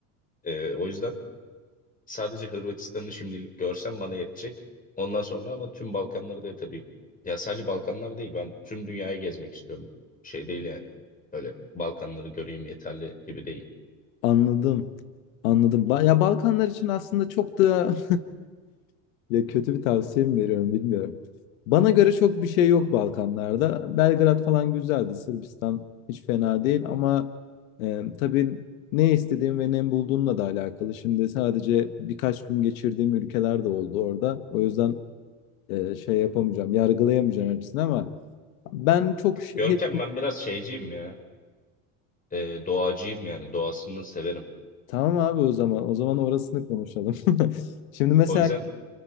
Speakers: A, on the left; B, on the left.
A: Ee, o yüzden Sadece Hırvatistan'ı şimdilik görsem bana yetecek. Ondan sonra ama tüm Balkanları da tabii ya sadece Balkanlar değil ben tüm dünyayı gezmek istiyorum. Şey değil yani. Öyle Balkanları göreyim yeterli gibi değil.
B: Anladım. Anladım. Ba- ya Balkanlar için aslında çok da <laughs> ya kötü bir tavsiye mi veriyorum bilmiyorum. Bana göre çok bir şey yok Balkanlarda. Belgrad falan güzeldi. Sırbistan hiç fena değil ama e, tabii ne istediğim ve ne bulduğumla da alakalı. Şimdi sadece birkaç gün geçirdiğim ülkeler de oldu orada. O yüzden e, şey yapamayacağım, yargılayamayacağım hepsini ama ben çok şehir...
A: Görkem ben biraz şeyciyim ya. Ee, doğacıyım yani doğasını severim.
B: Tamam abi o zaman. O zaman orasını konuşalım. <laughs> Şimdi mesela
A: O yüzden